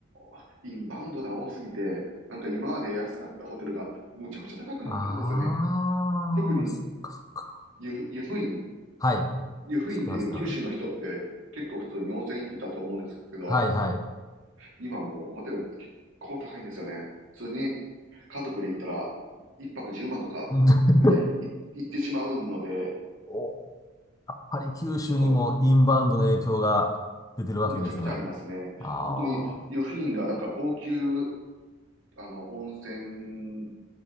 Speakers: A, on the right; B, on the left.
A: ーインバウンドが多すぎて、なんか今まで安かったホテルがむちゃくちゃ高くなってるんですよね。
B: あー、
A: 特に
B: そっかそっか。
A: 湯布、湯布院
B: はい。
A: 湯布院って九州の人って結構普通に温泉行ってたと思うんですけど、
B: 知ってます、知ってます。はい、はい。
A: 今もうホテル結構高いんですよね。普通に家族で行ったら一泊10万とかぐらいい行ってしまうので、
B: うん <laughs> おやっぱり九州にもインバウンドの影響が出てるわけですが。
A: ちょっとむちゃくちゃありますね。
B: あ
A: 本当に湯布院がなんか高級、あの、温泉